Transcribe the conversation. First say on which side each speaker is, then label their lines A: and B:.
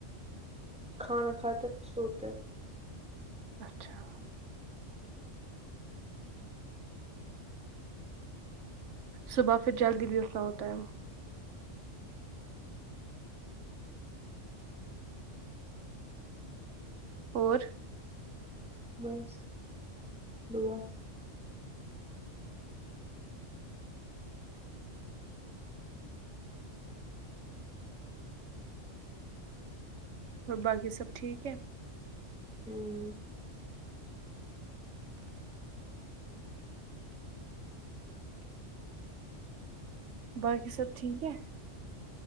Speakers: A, in the centre; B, on the right.
A: کھانا کھاتے سوتے
B: اچھا صبح پھر جلدی بھی اٹھنا ہوتا ہے اور
A: بس دعا
B: اور باقی سب ٹھیک ہے
A: امم
B: باقی سب ٹھیک ہے